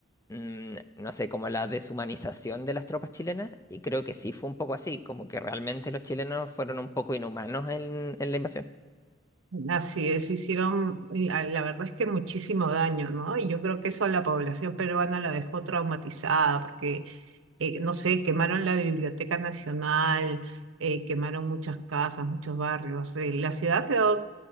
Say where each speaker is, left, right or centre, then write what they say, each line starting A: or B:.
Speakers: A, on the left; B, on the right.
A: mm, no sé, como la deshumanización de las tropas chilenas, y creo que sí fue un poco así, como que realmente los chilenos fueron un poco inhumanos en, en la invasión.
B: Así es, hicieron, y, ah, la verdad es que muchísimo daño, ¿no? Y yo creo que eso a la población peruana la dejó traumatizada, porque eh, no sé, quemaron la Biblioteca Nacional, eh, quemaron muchas casas, muchos barrios. eh, la ciudad quedó